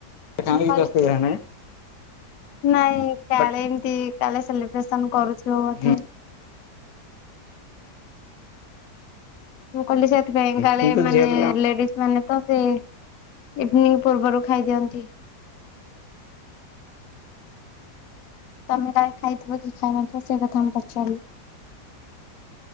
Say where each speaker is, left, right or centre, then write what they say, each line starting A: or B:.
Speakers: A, on the left; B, on the left.
A: ଖାଆନ୍ତି
B: ମୁଁ କଲ୍
A: କିଛି ଅସୁବିଧା ନାହିଁ
B: ନାଇଁ କାଳେ
A: ବଟ୍
B: ଏମ୍ତି କାଳେ ସେଲିବ୍ରେସନ୍ କରୁଥିବୁ ବୋଧେ।
A: ହୁଁ
B: ମୁଁ କହିଲି ସେଥିପାଇଁ କାଳେ
A: କିନ୍ତୁ
B: ମାନେ
A: ଝିଅ ପିଲା
B: ଲେଡିଜ୍ ମାନେ ତ ସେ ଇଭିନିଂ ପୂର୍ବରୁ ଖାଇଦିଅନ୍ତି। ତମେ କାଳେ ଖାଇଥିବ କି ଖାଇ ନଥିବ ସେଇ କଥା ମୁଁ ପଚାରିଲି।